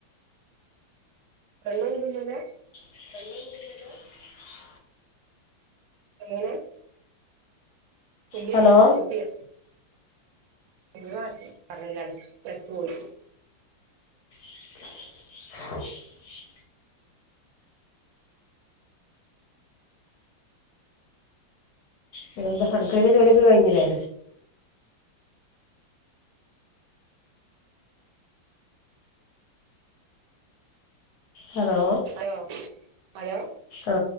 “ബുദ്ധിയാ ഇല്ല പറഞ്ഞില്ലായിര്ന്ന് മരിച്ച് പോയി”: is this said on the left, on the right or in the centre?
Right